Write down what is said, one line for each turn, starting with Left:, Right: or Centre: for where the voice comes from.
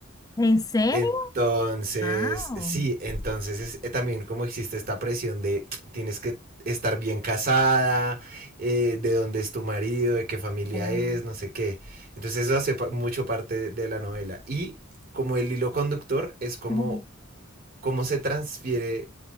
Left: ¿En serio?
Right: Entonces,
Left: Wow.
Right: sí, entonces es, eh, también como existe esta presión de <tsk> tienes que estar bien casada, eh, de dónde es tu marido, de qué familia
Left: Oh.
Right: es, no sé qué. Entonces eso hace pa- mucho parte de, la novela. Y como el hilo conductor es como
Left: Ujú.
Right: cómo se transfiere